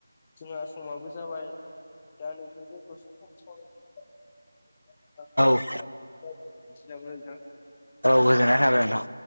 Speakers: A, on the left; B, on the left.
A: जोंहा समाबो जाबाय दा नोंथांजोंल'सो सम सावराबाय <unintelligible>
B: औ
A: दिनथि लाङो नोंथां
B: गोजोननाय थाबाय नोंथां